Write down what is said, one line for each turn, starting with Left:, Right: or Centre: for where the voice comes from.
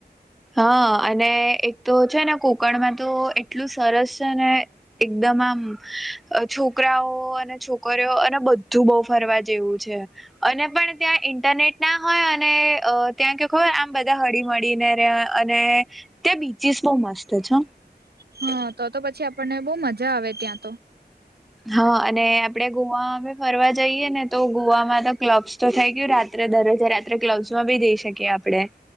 Centre: હા અને એક તો છે ને કોકણમાં તો એટલું સરસ છે ને એકદમ આમ છોકરાઓ અને છોકરીઓ અને બધું બહુ ફરવા જેવું છે અને પણ ત્યાં ઇન્ટરનેટ ના હોય અને ત્યાં કે ખબર આમ બધા હડી મડીને અને ત્યાં બીચિસ બહ મસ્ત છે.
Right: હા તો તો પછી આપણને બહુ મજા આવે ત્યાં તો
Centre: હા અને આપડે ગોવા બી ફરવા જઈએ ને તો ગોવામાં તો ક્લબ્સ તો થઈ ગયું રાત્રે દરરોજા રાત્રે કલબ માં બી જઈ શકીએ આપડે